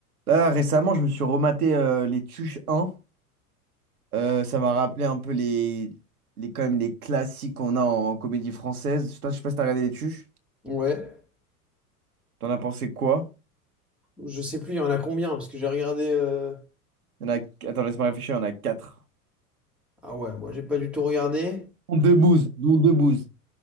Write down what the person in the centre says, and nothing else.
Ouais,
je sais plus, il y en a combien, parce que j'ai regardé. euh,
Ah ouais, moi j'ai pas du tout regardé.